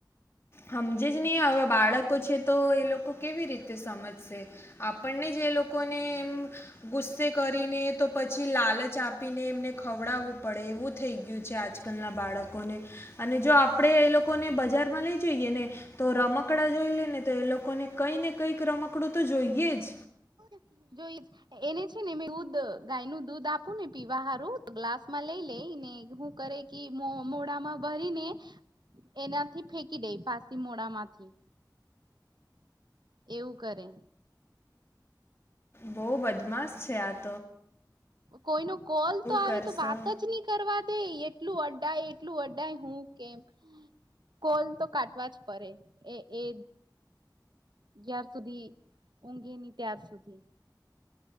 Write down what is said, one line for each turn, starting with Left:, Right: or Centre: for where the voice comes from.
Left: હમજે જ ની અવે બાળકો છે તો એ લોકો કેવી રીતે સમજશે આપણને જ એ લોકોને એમ ગુસ્સે કરીને તો પછી લાલચ આપીને એમને ખવડાવુ પડે એવું થઈ ગયું છે આજકાલ ના બાળકોને અને જો આપડે એ લોકોને બજારમાં લઈ જઈએ ને તો રમકડા જોઈ ને તો એ લોકોને કંઈ ને કંઈક રમકડું તો જોઈએ જ.
Right: <inaudible> જોઈ એને છે ને મે રુદ ગાય નું દૂધ આપું ને પીવા હારું તો ગ્લાસ માં લેય લેય <unintelligible> ને હું કરે કે મો મોડામાં ભરીને <unintelligible> એનાથી ફેંકી દેય પાસી મોડામાંથી એવું કરે.
Left: બો બદમાશ છે આત.
Right: કોઈનો કોલ તો આવે
Left: કરશો
Right: તો વાત જ ની કરવા દેય. એટલું અડાય એટલું અડાય હું કેમ. કોલ તો કાટવા જ પરે એ એ જ્યાર સુધી ઊંઘે ની ત્યાર સુધી.